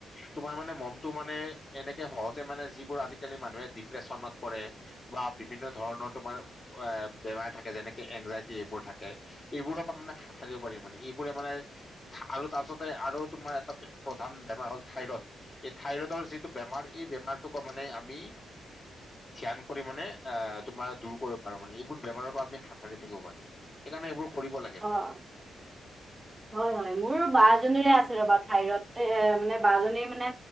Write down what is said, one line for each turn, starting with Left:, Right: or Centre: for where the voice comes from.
Left: তোমাৰ মানে মনটো মানে এনেকে সহজে মানে যিবোৰ আজিকালি মানুহে ডিপ্ৰেশচনত পৰে। বা বিভিন্ন ধৰণৰ তোমাৰ এ বেমাৰ থাকে। যেনেকে এনজাইটি এইবোৰ থাকে। এইবোৰৰ পৰা মানে হাত সাৰিব পাৰিম মানে এইবোৰে মানে আৰু তাৰপাছতে আৰু তোমাৰ এটা প্ৰধান বেমাৰ হ'ল থাইৰড। এই থাইৰইডৰ যিটো বেমাৰ এই বেমাৰ টোক মানে আমি ধ্যান কৰি মানে অ', তোমাৰ দূৰ কৰিব পাৰো মানে এইবোৰ বেমাৰৰ পৰা আমি হাতশাৰী থাকিব পাৰো। সেইকাৰণে এইবোৰ কৰিব লাগে
Right: অ অ
Left: মানে।
Right: হয় মোৰ বা জনিৰে আছে ৰ'বা থাইৰইড এ মানে বা জনী মানে